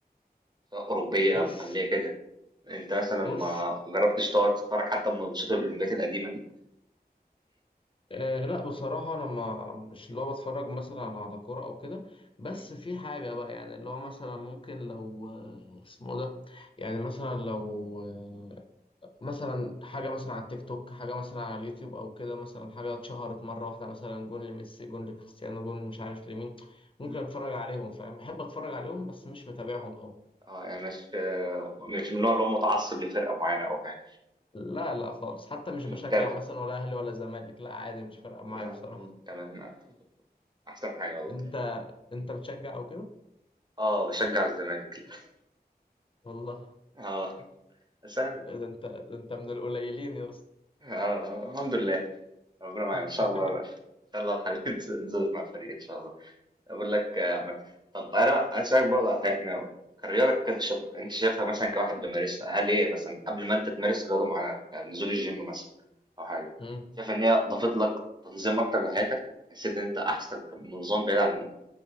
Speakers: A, on the right; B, on the left.
A: سواء أوروبية
B: مش
A: محلية كده انت مثلا
B: مش
A: ما جربتش تقعد تتفرج حتى من ماتشات الاولمبيات القديمة دي
B: أه لا بصراحة أنا ما مش اللي هو بتفرج مثلا على كورة أو كده بس
A: مم.
B: في حاجة بقى يعني اللي هو مثلا ممكن لو آه، اسمه ده يعني مثلا لو آه، مثلا حاجة مثلا على التيك توك حاجة مثلا على اليوتيوب أو كده مثلا حاجة اتشهرت مرة واحدة مثلا جون لميسي جون لكريستيانو جون مش عارف لمين ممكن
A: مم.
B: أتفرج عليهم فاهم بحب أتفرج عليهم بس مش متابعهم أوي
A: اه يعني مش آه، مش من النوع اللي هو متعصب لفرقة معينة او حاجة
B: لا لا خالص حتى مش
A: مش
B: بشجع
A: متابع
B: مثلا ولا أهلي ولا زمالك لا عادي مش فارقة معايا
A: آه،
B: بصراحة
A: مم، تمام آه، احسن حاجة والله
B: أنت أنت بتشجع أو كده؟
A: اه بشجع الزمالك <laughs>
B: والله
A: اه بس أنا
B: لا ده انت ده انت من القليلين يا اسطى
A: آه، الحمد لله ربنا معانا
B: <laughs>
A: ان شاء الله ان شاء الله الحلقه تظبط <laughs> مع الفريق ان شاء الله اقول لك يا عماد طب انا عايز اسالك برضه على حاجة. احنا كريارك كشق... انت شايفها مثلا كواحد بيمارسها هل هي مثلا قبل ما انت تمارس رياضه معينه يعني نزول الجيم مثلا او حاجه
B: مم.
A: شايف ان هي ضافت لك تنظيم اكتر لحياتك حسيت ان انت احسن نظام بعيد عن